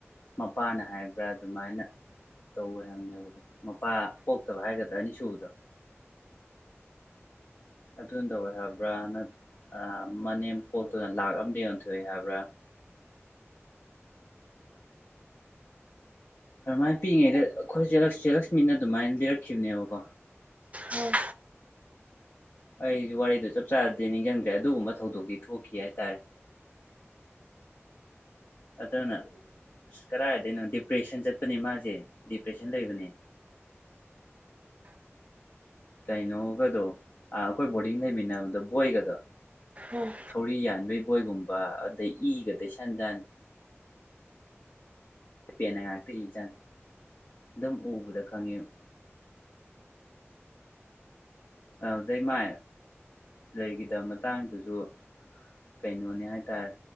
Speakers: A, on the left; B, on the right.
A: ꯃꯄꯥꯅ ꯍꯥꯏꯕ꯭ꯔꯥ ꯑꯗꯨꯃꯥꯏꯅ ꯇꯧꯋꯦ ꯍꯥꯏꯕꯅꯦꯕꯀꯣ ꯃꯄꯥ ꯄꯣꯛꯇꯕ ꯍꯥꯏꯒꯗ꯭ꯔꯥ ꯑꯅꯤ ꯁꯨꯕꯗꯣ ꯑꯗꯨꯅ ꯇꯧꯋꯦ ꯍꯥꯏꯕ꯭ꯔꯥ ꯅꯠ ꯃꯅꯦꯝ ꯄꯣꯠꯇꯨꯅ ꯂꯥꯛ ꯑꯝꯗ ꯌꯣꯟꯊꯣꯛꯑꯦ ꯍꯥꯏꯕ꯭ꯔꯥ ꯑꯗꯨꯃꯥꯏꯅ ꯄꯤꯛꯏꯉꯩꯗ ꯑꯩꯈꯣꯏ ꯆꯦꯂꯛꯁꯃꯤꯅ ꯑꯗꯨꯃꯥꯏꯅ ꯂꯤꯔꯛꯈꯤꯕꯅꯦꯕꯀꯣ
B: ꯎꯝ
A: ꯑꯩꯁꯨ ꯋꯥꯔꯤꯗꯨ ꯆꯞ ꯆꯥꯅꯗꯤ ꯅꯤꯡꯁꯤꯡꯗ꯭ꯔꯦ ꯑꯗꯨꯒꯨꯝꯕ ꯊꯧꯗꯣꯛꯇꯤ ꯊꯣꯛꯈꯤ ꯍꯥꯏꯇꯥꯔꯦ ꯑꯗꯨꯅ ꯑꯁ ꯀꯗꯥꯏꯗꯩꯅꯣ ꯗꯤꯄ꯭ꯔꯦꯁꯟ ꯆꯠꯄꯅꯤ ꯃꯥꯁꯦ ꯗꯤꯄ꯭ꯔꯦꯁꯟ ꯂꯩꯕꯅꯦ ꯀꯩꯅꯣꯒꯗꯣ ꯑꯩꯈꯣꯏ ꯕꯣꯔꯗꯤꯡ ꯂꯩꯃꯤꯟꯅꯕꯗ ꯕꯣꯏꯒꯗꯣ
B: ꯎꯝ ꯎꯝ
A: ꯊꯧꯔꯤ ꯌꯥꯟꯕꯩ ꯕꯣꯏꯒꯨꯝꯕ ꯑꯗꯩ ꯏꯒ ꯇꯩꯁꯤꯟꯖꯥꯅꯤ ꯄꯦꯟꯅ ꯉꯥꯛꯇ ꯏꯖꯥꯟꯅꯤ ꯑꯗꯨꯝ ꯎꯕꯗ ꯈꯪꯉꯦꯕ ꯑꯗꯨꯗꯩ ꯃꯥ ꯂꯩꯈꯤꯗꯕ ꯃꯇꯥꯡꯗꯨꯁꯨ ꯀꯩꯅꯣꯅꯦ ꯍꯥꯏ ꯇꯔꯦ